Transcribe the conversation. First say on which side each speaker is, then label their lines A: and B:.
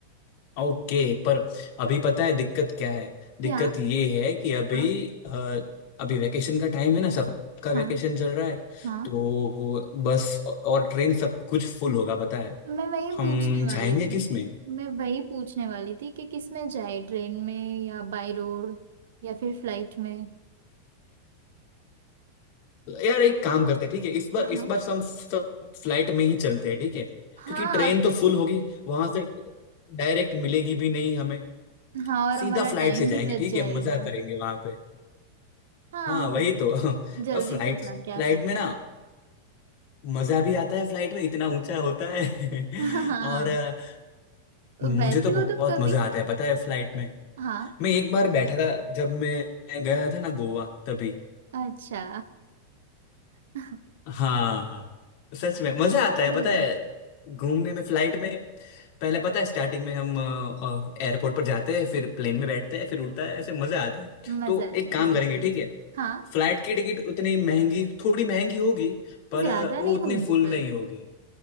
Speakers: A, on the left; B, on the right.
A: ओके पर अभी पता है दिक्कत क्या है दिक्कत
B: क्या
A: ये है कि अभी
B: हाँ
A: अ, अभी वैकेशन का टाइम है ना सबका वैकेशन
B: हाँ
A: चल रहा है
B: हाँ
A: तो बस और ट्रेन सब कुछ फुल होगा पता है
B: मैं वही
A: हम
B: पूछने वाली
A: जाएंगे
B: थी
A: किस में
B: मैं वही पूछने वाली थी कि किस में जाए ट्रेन में या बाय रोड या फिर फ्लाइट में
A: यार एक काम करते हैं ठीक है इस बार
B: हाँ
A: इस बार हम सब फ्लाइट में ही चलते हैं ठीक है
B: हाँ
A: क्योंकि ट्रेन
B: और
A: तो फुल होगी वहां से डायरेक्ट मिलेगी भी नहीं हमें
B: हाँ और
A: सीधा
B: हमारा
A: फ्लाइट
B: टाइम
A: से
B: भी
A: जाएंगे
B: बच
A: ठीक
B: जाएगा
A: है मजा करेंगे वहां पे
B: हाँ
A: हाँ
B: हम
A: वही तो <laughs>
B: जल्दी
A: फ्लाइट
B: से जाके आ
A: फ्लाइट
B: सकते
A: में ना
B: हैं
A: मजा भी आता है फ्लाइट में इतना ऊंचा होता है
B: हाँ
A: <laughs> और अ,
B: तो बैठे
A: मुझे तो बहुत
B: हो तुम कभी
A: मजा आता है पता है फ्लाइट में
B: हाँ
A: मैं एक बार बैठा था जब मैं गया था ना गोवा तभी
B: अच्छा <laughs>
A: हाँ सच में मजा आता है
B: बढ़िया
A: पता है घूमने में फ्लाइट में पहले पता है स्टार्टिंग में हम एयरपोर्ट पर जाते हैं फिर प्लेन में बैठते हैं फिर उड़ता है ऐसे मजा आता है
B: मजा
A: तो एक
B: आता
A: काम
B: है सच
A: करेंगे
B: में
A: ठीक है
B: हाँ
A: फ्लाइट की टिकट उतनी महंगी थोड़ी महंगी होगी पर
B: ज्यादा
A: अ, वो
B: नहीं
A: उतनी
B: होगी
A: फुल
B: पर
A: नहीं होगी